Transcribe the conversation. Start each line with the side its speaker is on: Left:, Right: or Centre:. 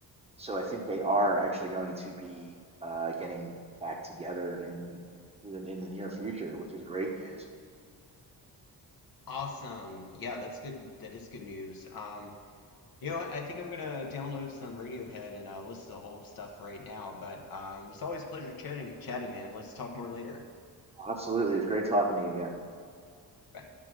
Right: So I think they are actually going to be uh, getting back together in in the in the near future, which is great news.
Left: Awesome. Yeah, that's good. That is good news. Um, you know what? I think I'm gonna download some Radiohead and uh, listen to old stuff right now. But um, it's always a pleasure chatting, chatting, man. Let's talk more later.
Right: Absolutely. It's great talking to you again.
Left: Bye.